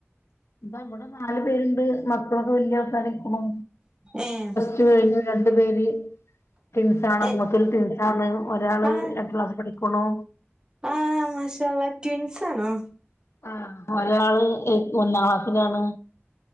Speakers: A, on the left (about 70°); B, on the right (about 15°).
A: ഇതാ ഇവടെ നാല് പേരുണ്ട് മക്കളൊക്കെ വല്ല്യ മക്കളായിരിക്കുണു
B: ഏഹ്
A: റ്റു കയ്ഞ്ഞ് രണ്ട് പേര് ടിൻ സാണ്
B: ഏ
A: മൂത്തത് ടിൻസാണ് ഒരാള്
B: ആഹ്
A: <unintelligible> ക്ലാസ് പടി ക്കുണു
B: ആഹ്! മാഷാള്ള ട്വിൻസാണോ?
A: ആഹ് ഒരാള് എ ഒന്നാം ക്ലാസ്സിലാണ്